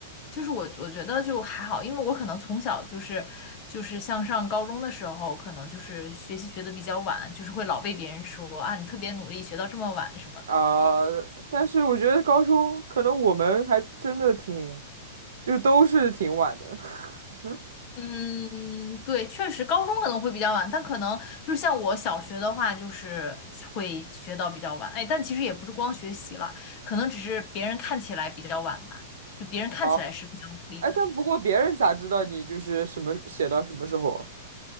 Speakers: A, on the left; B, on the right.
A: 就是我我觉得就还好，因为我可能从小就是就是像上高中的时候，可能就是学习学的比较晚，就是会老被别人说啊你特别努力，学到这么晚什么的。
B: 啊、但是我觉得高中可能我们还真的挺，就是都是挺晚的。<laughs>
A: 嗯，对，确实高中可能会比较晚，但可能就是像我小学的话，就是会学到比较晚。哎，但其实也不是光学习了，可能只是别人看起来比较晚吧，就别人看起来是比较努力的那种。
B: 啊，哎，但不过别人咋知道你就是什么写到什么时候啊？